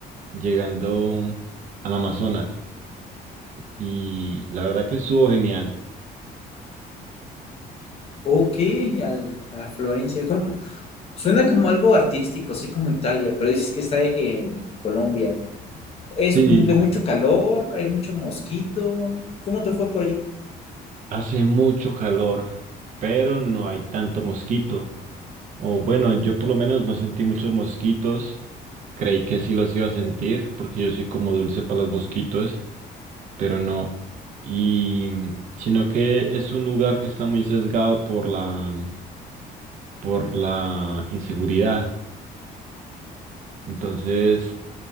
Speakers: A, on the right; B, on the left.
A: llegando al Amazonas, y la verdad que estuvo genial.
B: Ok, al, a Florencia. ¿Cómo? Suena como algo artístico, así como Italia, pero dices que está en Colombia. ¿Es
A: Sí.
B: de mucho calor? ¿Hay mucho mosquito? ¿Cómo te fue por allá?
A: Hace mucho calor, pero no hay tanto mosquito. O bueno, yo por lo menos no sentí muchos mosquitos. Creí que sí los iba a sentir, porque yo soy como dulce para los mosquitos, pero no. Y mm, sino que es un lugar que está muy sesgado por la mm, por la inseguridad. Entonces,